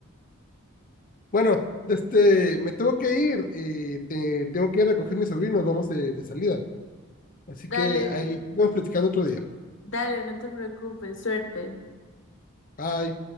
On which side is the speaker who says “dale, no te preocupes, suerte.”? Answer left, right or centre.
Left